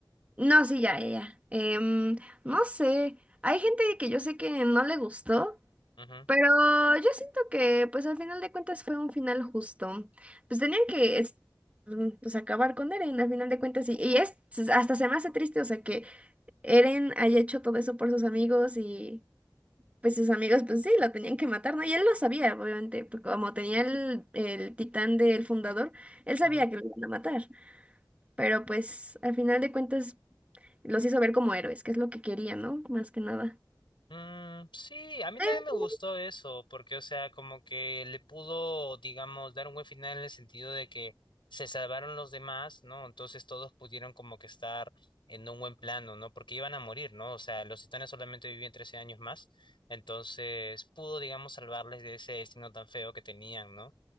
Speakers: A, on the right; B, on the left.
A: No, sí, ya, ya. ya. Em, no sé, hay gente que yo sé que no le gustó,
B: Ujú,
A: pero yo siento que pues al final de cuentas fue un final justo. Pues tenían que es- mm, pues acabar con Eren al final de cuentas y, y es hasta se me hace triste, o sea, que Eren haya hecho todo eso por sus amigos y pues sus amigos, pues sí, lo tenían que matar, ¿no? Y él lo sabía, obviamente, pues, como tenía el, el titán del fundador, él sabía
B: ujú.
A: que lo iban a matar, pero pues al final de cuentas los hizo ver como héroes, que es lo que quería, ¿no? Más que nada.
B: Mm, sí, a mí también
A: Eh,
B: me gustó eso, porque, o sea, como que le pudo, digamos, dar un buen final en el sentido de que se salvaron los demás, ¿no? Entonces todos pudieron como que estar en un buen plano, ¿no? Porque iban a morir, ¿no? O sea, los titanes solamente vivían 13 años más, entonces pudo, digamos, salvarles de ese destino tan feo que tenían, ¿no?